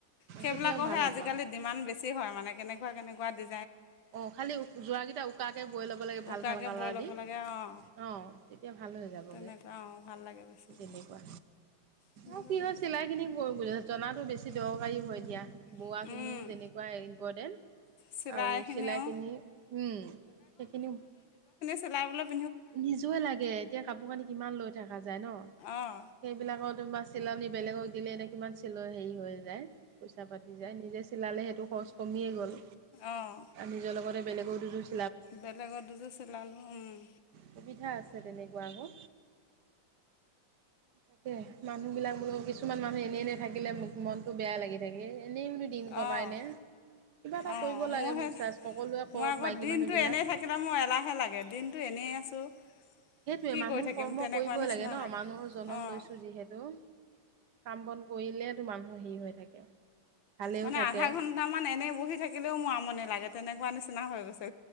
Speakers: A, on the left; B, on the right.
A: সেইবিলাক।
B: তেতিয়াও
A: আহে
B: ভাল হ'ব
A: আজিকালি ডিমাণ্ড বেছি হয় মানে কেনেকৈ। <unintelligible> কেনেকুৱা দি।
B: অঁ খালী যোৰাকৰাকেইটা উকাকে বৈ ল'ব লাগে ভাল
A: উকাকৈ
B: ভাল কালাৰ
A: বৈ ল'ব
B: দি
A: লাগে অঁ
B: অঁ তেতিয়া ভাল হৈ যাবগৈ
A: তেনেকুৱা অঁ ভাল লাগে বেছিকৈ
B: তেনেকুৱা।
A: তেনেকুৱাকৈ
B: অ কি হয় চিলাই খিনি কৰি বজ জনাতো <unintelligible> বেছি দৰকাৰী হয় দিয়া। বোৱাখিনিও
A: কৰিছোঁ
B: যেনেকুৱাই ইম্পৰ্টেণ্ট
A: চিলাইখিনিও
B: আৰু লাইকিনি উম সেইখিনিও।
A: চিলাবলে।
B: নিজৰ লাগে এতিয়া কাপোৰ -কানি কিমান লৈ থকা যায় ন
A: অঁ
B: সেইবিলাকৰ তোমাৰ ছিলনি বেলেগক দিলে দে কিমান চিলৰ হেৰি হৈ যায় পইচা পাতি যায় নিজে চি চিলালে সেইটো খৰচ কমিয়েই গ'ল।
A: অঁ
B: নিজৰ লগতে বেলেগৰ দুইযোৰ
A: বেলেগৰ দুযোৰ চিলালো উম।
B: সুবিধা আছে তেনেকোৱা আকৌ। তাকে মানুহ বিলাক বোলো কিছুমান মানুহ এনে এনে থাকিলে মোক মনটো বেয়া লাগি থাকে। এনেইনো দিন
A: অঁ
B: কটাই নে কিবা এটা
A: অঁ
B: কৰিব
A: মোৰ
B: লাগে
A: সেই
B: মোক চাৰজ সকলোৱে কওক
A: মই আকৌ
B: মাইকী
A: দিনটো
B: মানুহবিলাক।
A: এনেই থাকিলে মোৰ এলাহে লাগে দিনটো এনেই আছোঁ
B: সেইটোয়ে
A: কি
B: মানুহ
A: কৰি থাকিম
B: কৰ্ম
A: তেনেকুৱা
B: কৰিবই
A: নিচিনা
B: লাগে ন মানুহৰ জনম
A: অঁ
B: লৈছো যিহেতু কাম বন কৰিলেতো মানুহৰ হিৰ হৈ থাকে ভালেও
A: মানে
B: থাকে
A: আধা ঘণ্ট মান এনেই বহি থাকিলেও মোৰ আমনি লাগে তেনেকোৱা নিচি না হৈ গৈছে।